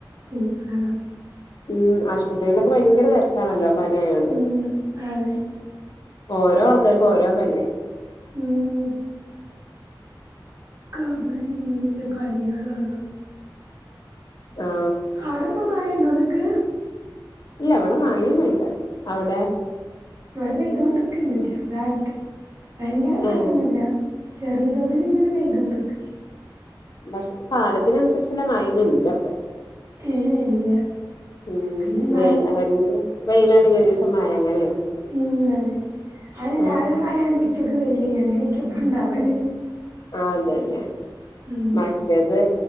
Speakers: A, on the right (about 40°); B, on the left (about 55°).
A: സീസണ
B: ഉം ആശുപത്രിയിലൊക്കെ ഭയങ്കര തിരക്കാനല്ലോ പനിയ ആയോണ്ട്
A: ഉം അതെ
B: ഓരോ ആൾക്കാർക്കും ഓരോ പനിയ
A: ഉം <unintelligible> അങ്ങനിം ഇങ്ങനി കളികള അതാണ്
B: ആ
A: ആടപ്പം മഴയുണ്ടോ എന്നിട്ട്
B: ഇല്ല ഇവിടെ മഴയൊന്നും ഇല്ല അവിടെ
A: ഇവിടെ പെയ്തോണ്ടൊക്കെ ഇണ്ട് ചെറുതായിട്ട് ഭയങ്കര
B: ഏ
A: മഴൊന്നുംല്ല ചെറിയ തോതിൽ ഇങ്ങനെ പെയ്ത കൊണ്ട്ക്കണ്ട്
B: പക്ഷെ കാലത്തിന് അനുസരിച്ചല്ല മഴയൊന്നും ഇല്ല ഇപ്പോൾ
A: ഏഹ് ഇല്ല
B: ഉം
A: പിന്നെ മഴ
B: വെയില ഒരു ദിവസം വെയിലാണങ്കിൽ ഒരുസം മയ അങ്ങനെയാണ്
A: ഉം അതെ അത്
B: ആ
A: രാവിലെ മഴയാണെങ്കിൽ ഉച്ചക്ക് വെയില അങ്ങനെയൊക്കെ ഇപ്പ ഇണ്ടാവല്
B: ആഹ് അതന്നെ
A: ഉം
B: മഴ മറ്റേത്